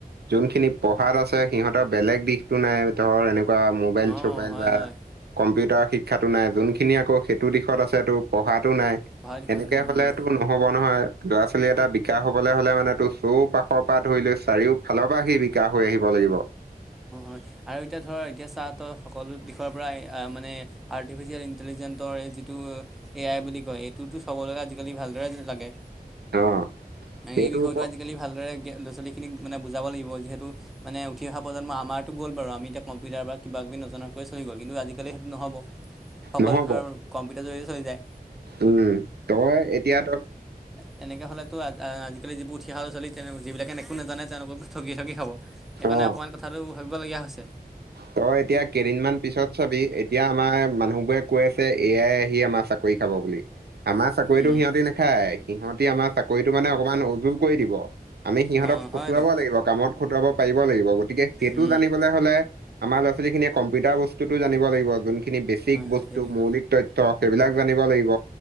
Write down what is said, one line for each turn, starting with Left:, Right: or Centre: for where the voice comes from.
Right: যোনখিনি পঢ়াত আছে সিহঁতৰ বেলেগ দিশতো নাই ধৰ এনেক <unintelligible> মোবাইল
Centre: অ
Right: চবাইল
Centre: হয়
Right: বা
Centre: হয়
Right: কম্পিউটাৰ শিক্ষ শিক্ষাতো নাই যোনখিনি আকৌ সেইটো দিশত আছেতো পঢ়াতো নাই।
Centre: পঢ়া দিশত
Right: সেনেকে
Centre: নাই
Right: হ'লে
Centre: উম,
Right: নহ'ব নহয় ল'ৰা <unintelligible> এটা বিকাশ হ'বলৈ হ'লে মানে তোৰ চৌপাশৰ পৰা ধৰি লৈ চাৰিওফালৰ পৰা সি বিকাশ হৈ আহিব লাগিব। উ
Centre: <unintelligible> আৰু এতিয়া ধৰ এতিয়া চা তই সকলো দিশৰ পৰাই মানে আৰ্টিফিচিয়েল ইণ্টেলিজেন্টৰ যিটো এ আই বুলি কয় এইটোতো <unintelligible> আজিকালি ভালদৰে লাগে।
Right: অ', সেইটোৰ
Centre: এই বিষয়টো
Right: ওপৰত
Centre: আজিকালি ভালদৰে <unintelligible> <unintelligible> খিনিক মানে বুজাব লাগিব যিহেতু মানে উঠি অহা প্ৰজন্ম আমাৰতো গ'ল বাৰু আমি এতিয়া কম্পিউটাৰ বা কিব কিবি নজনাকৈ চলি গ'ল কিন্তু আজিকালি সেইটো নহ'ব। সকলো
Right: নহ'ব
Centre: ধৰ কম্পিউটাৰ জৰিয়তে চলি যায়।
Right: উম, তই এতিয়া তই
Centre: তেনেকে হ'লেতো আ আজিকালি যিবোৰ উঠি অহা ল'ৰা ছোৱালী তেওঁ যিবিলাকে একো নাজানে তেওঁলোকক ঠগি ঠগি খাব সেইকাৰণে
Right: অ'।
Centre: <unintelligible> ভাবিব লগীয়া হৈছে।
Right: তই এতিয়া কেইদিনমান পিছত চাবি এতিয়া আমাৰ মানুহ বোৰে কৈ আছে এ আই আহি আমাৰ চাকৰি খাব বুলি। আমাৰ চাকৰিটো
Centre: উম,
Right: সিহঁতি নাখায়, সিহঁতি আমাৰ চাকৰিটো মানে অকমান উজুল কৰি দিব। আমি সিহঁতক
Centre: অঁ
Right: খটুৱাব
Centre: হয়তো
Right: লাগিব কামত খটুৱাব পাৰিব লাগিব গতিকে সেইটো
Centre: উম,
Right: জানিবলৈ হ'লে‌ আমাৰ ল'ৰা ছোৱালীখিনিয়ে কম্পিউটাৰ বস্তুতো জানিব লাগিব যোনখিনি বেছিক
Centre: হয় হয়
Right: বস্তু
Centre: সেইটোৱেই
Right: মৌলিক তথ <unintelligible> সেইবিলাক জান লাগিব,